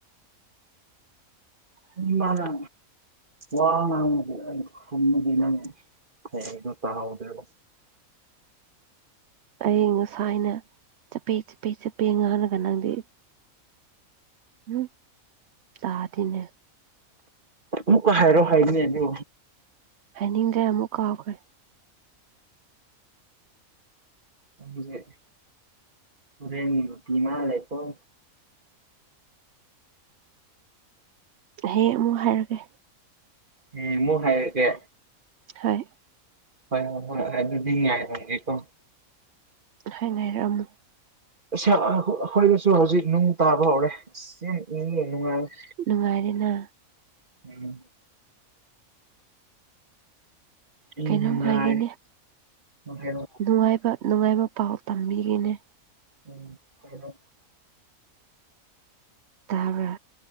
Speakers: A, on the right; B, on the right.
A: ꯎꯝ ꯃꯥꯅ ꯋꯥ ꯉꯥꯡꯉꯗꯤ ꯑꯩ ꯊꯝꯃꯗꯤ ꯅꯪ ꯍꯌꯦꯗꯣ ꯇꯥꯍꯧꯗ꯭ꯔꯦꯕ
B: ꯑꯩ ꯉꯁꯥꯅ ꯆꯞꯄꯦ ꯆꯞꯄꯦ ꯆꯞꯄꯦ ꯉꯥꯡꯔꯒ ꯅꯪꯗꯤ ꯎꯝ ꯇꯥꯗꯦꯅꯦ
A: ꯑꯃꯨꯛꯀ ꯍꯥꯏꯔꯣ ꯍꯥꯏꯅꯦ ꯑꯗꯨ
B: ꯍꯥꯏꯅꯤꯡꯗ꯭ꯔꯦ ꯑꯃꯨꯛ ꯀꯥꯎꯈ꯭ꯔꯦ
A: ꯑꯗꯨꯗꯤ ꯍꯣꯔꯦꯟꯒꯤ ꯅꯨꯄꯤꯃꯥ ꯂꯩꯀꯣ
B: ꯍꯌꯦꯡ ꯑꯃꯨꯛ ꯍꯥꯏꯔꯒꯦ
A: ꯍꯌꯦꯡ ꯃꯨꯛ ꯍꯥꯏꯔꯒꯦ
B: ꯍꯥꯏ
A: ꯍꯣꯏ ꯍꯣꯏ ꯍꯣꯏ ꯑꯗꯨꯗꯤ ꯉꯥꯏꯔꯝꯒꯦꯀꯣ
B: ꯍꯥꯏ ꯉꯥꯏꯔꯝꯃꯨ
A: ꯑꯩꯈꯣꯏꯗꯁꯨ ꯍꯧꯖꯤꯛ ꯅꯨꯡ ꯇꯥꯕ ꯍꯧꯔꯦ ꯑꯁ ꯌꯥꯝ ꯏꯪꯉꯦ ꯅꯨꯡꯉꯥꯏꯔꯦ
B: ꯅꯨꯡꯉꯥꯏꯔꯦꯅ
A: ꯎꯝ ꯏꯪ
B: ꯀꯩꯅꯣꯝ
A: ꯅꯨꯡꯉꯥꯏ
B: ꯍꯥꯏꯒꯦꯅꯦ
A: ꯍꯥꯏꯔꯣ
B: ꯅꯨꯡꯉꯥꯏꯕ ꯅꯨꯡꯉꯥꯏꯕ ꯄꯥꯎ ꯇꯝꯕꯤꯒꯦꯅꯦ
A: ꯎꯝ <unintelligible>
B: ꯇꯥꯕ꯭ꯔꯥ